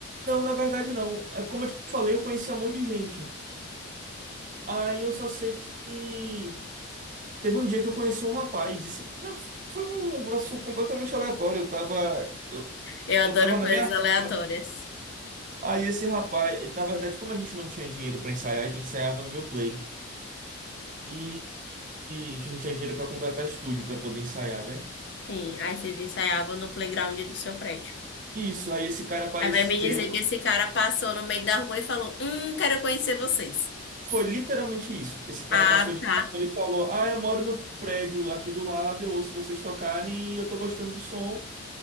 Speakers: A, on the right (about 35°); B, on the left (about 55°).
A: Não, na verdade não. É, Como eu te falei, eu conhecia um monte de gente. Aí eu só sei que teve um dia que eu conheci um rapaz. Esse- não, foi um negócio completamente aleatório. Eu tava, eu,
B: Eu adoro
A: eu tava na
B: coisas
A: minha
B: aleatórias.
A: rua. Aí esse rapaz, na verdade, como a gente não tinha dinheiro pra ensaiar, a gente ensaiava no meu play. E a gente não tinha dinheiro pra contratar estúdio pra poder ensaiar, né?
B: Sim, aí vocês ensaiavam no playground do seu prédio.
A: Isso, aí esse cara apareceu
B: Aí vai me dizer que esse cara passou no meio da rua e falou: Hum, quero conhecer vocês.
A: Foi literalmente isso. Esse cara
B: Ah,
A: passou de
B: tá.
A: carro, ele falou: "Ah, eu moro no prédio aqui do lado, eu ouço vocês tocarem e eu tô gostando do som,